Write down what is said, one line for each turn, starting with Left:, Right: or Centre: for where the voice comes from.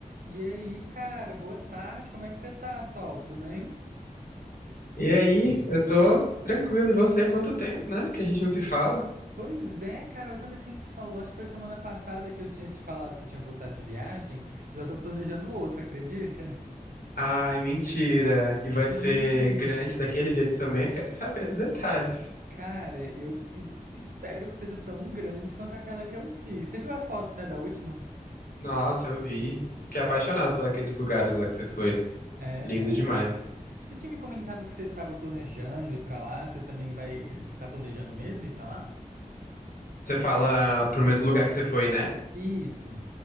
Right: E aí, cara, boa tarde, como é que você tá, Sol? Tudo bem?
Left: E aí, eu tô tranquilo. E você, quanto tempo, né? Que a gente não se fala?
Right: Pois é, cara, a última vez que a gente se falou, acho que foi semana passada que eu tinha te falado que eu tinha voltado de viagem. Já tô planejando outra, acredita?
Left: Ai, mentira. E
Right: Sim.
Left: vai ser grande daquele jeito também. Eu quero <laughs> saber dos detalhes.
Right: Cara, eu espero que seja tão grande quanto aquela que eu fiz. Você viu as fotos, né, da última?
Left: Nossa, eu vi. Fiquei apaixonado por aqueles lugares lá que você foi.
Right: É,
Left: Lindo
Right: né?
Left: demais.
Right: Você tinha me comentado que você tava planejando ir pra lá, você também vai tá planejando mesmo ir pra lá?
Left: Você fala pro mesmo lugar que você foi, né?
Right: Isso.